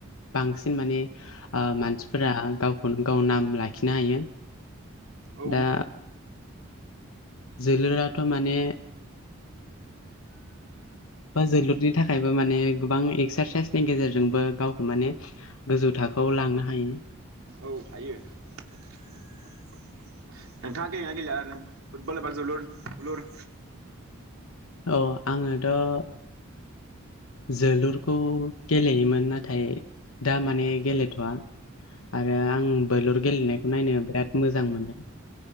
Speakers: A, on the left; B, on the right.
A: बांसिन माने ओ मानसिफोरा गावखौनो गाव नाम लाखिनो हायो।
B: औ
A: दा जोलुरआथ' माने बा जोलुरनि थाखायबो माने गोबां एक्सारसाइसनि गेजेरजोंबो गावखौ माने गोजौ थाखोआव लांनो हायो।
B: औ हायो नोंथाङा गेलेयो ना गेलेया आरो फुटबल एबा जोलुर बुलुर
A: औ आङोथ' जोलुरखौ गेलेयोमोन नाथाय दा माने गेलेथ'वा आरो आं बोलुर गेलेनायखौ नायनो बिराद मोजां मोनदों।